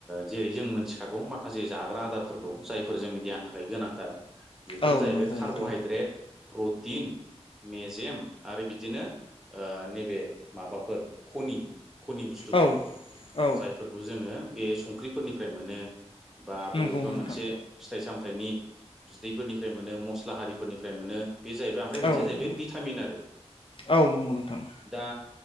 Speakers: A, in the centre; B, on the left.
A: जेरै जों मिथिखागौ माखासे जाग्रा आदारफोरखौ खौ जायफोर जोंनि देहानि थाखाय गोनांथार बेफोरनो
B: औ
A: जाहैबाय
B: नंगौ
A: कार्बहाइद्रेट
B: नोंथां
A: प्रटिन मेजेम आरो बिदिनो नैबे माबाफोर खनि खनि बुस्थुफोर
B: औ औ
A: जायफोरखौ जोंङो बे संख्रिफोरनिफ्राय मोनो बा
B: नंगौ
A: बबेबा
B: नोंथां
A: मोनसे फिथाइ साम फाथाइनि बिदैफोरनिफ्राय मोनो मस्ला हारिफोरनिफ्राय मोनो बे जाहैबाय ओमफ्राय मोनसेया
B: औ
A: जाहैबाय
B: नंगौ
A: भिटामिन आरो
B: औ नंगौ नोंथां
A: दा